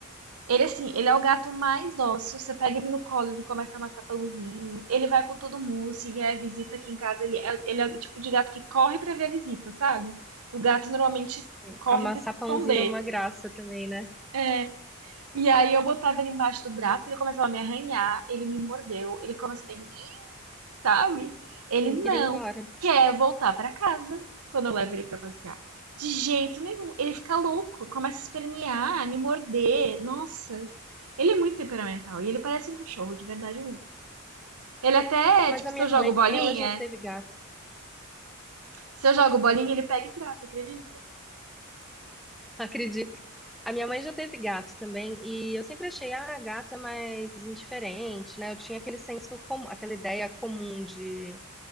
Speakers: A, on the right; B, in the centre.
A: Ele, assim, ele é o gato mais dócil. Você pega ele no colo, ele começa a amassar pãozinho. Ele vai com todo mundo. Se vier visita aqui em casa, ele é, ele é o tipo de gato que corre pra ver a visita, sabe? O gato normalmente
B: sei.
A: corre
B: Amassar
A: pra se
B: pãozinho
A: esconder.
B: é uma graça também, né?
A: É. E aí eu botava ele embaixo do braço, ele começava a me arranhar, ele me mordeu, ele começava a me, sabe? Ele
B: Não queria
A: não
B: ir embora.
A: quer voltar pra casa quando eu levo ele pra passear. De jeito nenhum. Ele fica louco, começa a espernear, me morder. Nossa, ele é muito temperamental e ele parece um cachorro, de verdade mesmo. Ele até,
B: Mas
A: tipo,
B: a
A: se
B: minha
A: eu jogo
B: mãe,
A: bolinha,
B: ela já teve gato.
A: se eu jogo bolinha, ele pega e trata, acredita?
B: <laughs> Acredito. A minha mãe já teve gato também, e eu sempre achei, ah, gato é mais indiferente, né? Eu tinha aquele senso comum, aquela ideia comum de